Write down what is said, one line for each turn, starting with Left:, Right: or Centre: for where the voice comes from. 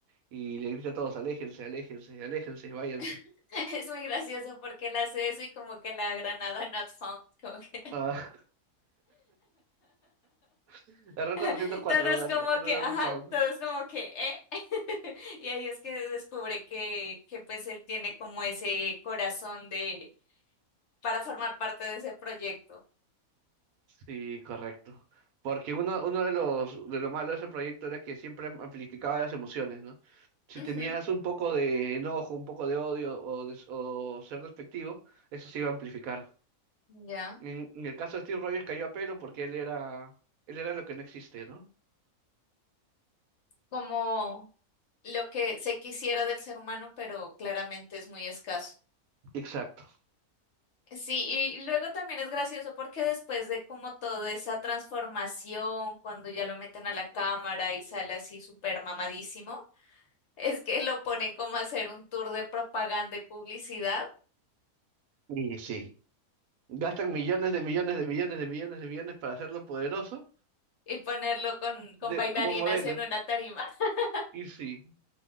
Right: y le grita a todos, aléjense, aléjense, aléjense, váyanse.
Left: <laughs> Es muy gracioso porque él hace eso y como que la granada not found, como que
Right: Ah, <laughs> error 404,
Left: <laughs> todos
Right: ganó,
Left: como
Right: ganó
Left: que, ajá,
Right: el fan.
Left: todos como que, ¿eh? <laughs> Y ahí es que descubre que, que pues él tiene como ese corazón de, para formar parte de ese proyecto.
Right: Sí, correcto. Porque uno, uno de los de lo malo de ese proyecto era que siempre am- amplificaba las emociones, ¿no? Si
Left: Ujú,
Right: tenías un poco de enojo, un poco de odio o, des- o ser despectivo, eso se iba a amplificar.
Left: ya.
Right: En, en el caso de Steve Rogers cayó a pelo porque él era él era lo que no existe, ¿no?
Left: Como lo que se quisiera del ser humano, pero claramente es muy escaso.
Right: Exacto.
Left: Sí, y luego también es gracioso porque después de como toda esa transformación, cuando ya lo meten a la cámara y sale así súper mamadísimo, es que lo ponen como a hacer un tour de propaganda y publicidad
Right: Y sí. Gastan millones de millones de millones de millones de millones para hacerlo poderoso
Left: y ponerlo con, con
Right: de,
Left: bailarinas
Right: como modelo.
Left: en una tarima. <laughs>
Right: Y sí,